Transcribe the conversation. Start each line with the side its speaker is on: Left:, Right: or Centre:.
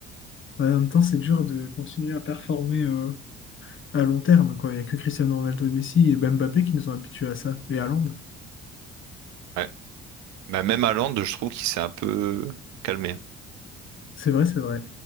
Left: Ouais, en même temps, c'est dur de continuer à performer euh, à long terme, quoi. Il n'y a que Cristiano Ronaldo et Messi et Mbappé qui nous ont habitués à ça. Et Haaland.
Right: Ouais. Bah, même Haaland, je trouve qu'il s'est un peu calmé.
Left: C'est vrai, c'est vrai.